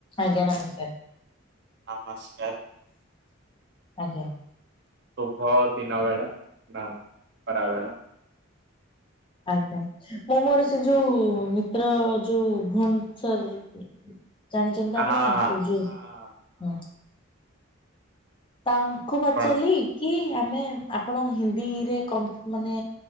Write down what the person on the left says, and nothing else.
ଆଜ୍ଞା ନମସ୍କାର।
ଆଜ୍ଞା।
ଆଜ୍ଞା ମୁଁ ମୋର ସେ ଯୋଉ ମିତ୍ର ଯୋଉ ଭୁନ ସର ଜାଣିଛନ୍ତି ତ
ଆପଣ
ତାଙ୍କୁ ଯୋଉ ହଁ।
ତାଙ୍କୁ ପଚାରିଲି
କି ଆମେ ଆପଣ ହିନ୍ଦୀରେ କ ମାନେ